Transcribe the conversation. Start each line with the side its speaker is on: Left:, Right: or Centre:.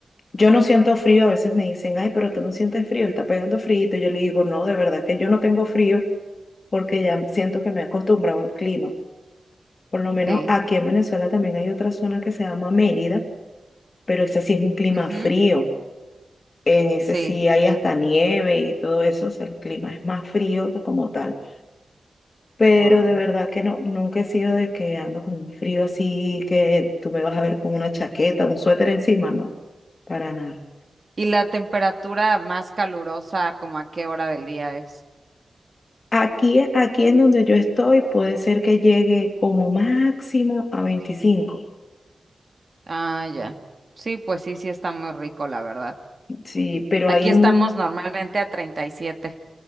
Left: yo no siento frío, a veces me dicen, ay, pero tú no sientes frío, está pegando frío. Y yo le digo, no, de verdad que yo no tengo frío. porque ya siento que me he acostumbrado al clima. Por lo menos
Right: Sí.
Left: aquí en Venezuela también hay otra zona que se llama Mérida, pero ese sí es un clima
Right: Ujú,
Left: frío. En ese
Right: Sí.
Left: sí hay hasta nieve y todo eso, o sea, el clima es más frío que como tal. Pero
Right: Wow.
Left: de verdad que no, nunca he sido de que ando con un frío así, que tú me vas a ver con una chaqueta, un suéter encima, no, para nada.
Right: ¿Y la temperatura más calurosa, como a qué hora del día es?
Left: Aquí, aquí en donde yo estoy puede ser que llegue como máximo a veinticinco,
Right: Ah, ya. Sí, pues sí, sí está muy rico, la verdad.
Left: sí, pero hay
Right: Aquí estamos
Left: un,
Right: normalmente a 37.